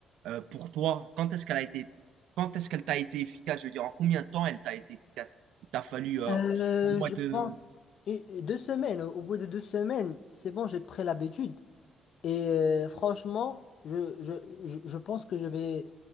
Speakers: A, on the right (about 80°); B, on the left (about 65°).
A: euh, pour toi. Quand est-ce qu'elle a été, quand est-ce qu'elle t'a été efficace? Je veux dire, en combien de temps elle t'a été efficace? Il t'a fallu euh,
B: Euh,
A: un mois
B: je
A: de...
B: pense et- et deux semaines, au bout de deux semaines, c'est bon, j'ai pris l'habitude et euh, franchement, je, je, je je pense que je vais